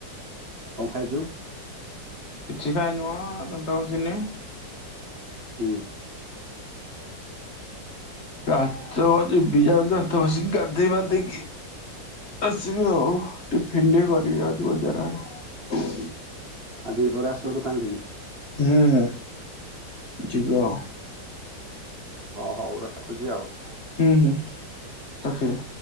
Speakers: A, on the right; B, on the left.
A: କଣ ଖାଇଚୁ?
B: କିଛି ଖାଇନି ମ ଦାନ୍ତ ଘସିିନି।
A: ହୁଁ।
B: ରାଉଛିିବି ଯ ବ ଗାଧେଇ ବାଧେଇକି ଆସିବି ଆଉ ଟିଫିନ ଟିକେ କରିବି। ଏଇ ଯାଉଛି ବଜାର ଆଡେ।
A: ଆ ଦି ପହର ଆସିବ ଦୋକାନ ଟିକେ।
B: ହୁଁ ଯିବା ଆଉ।
A: ହଁ ହୋଉ ରଖୁଛି ଆଉ।
B: ହୁଁ ହୁଁ। ରଖିଦେ।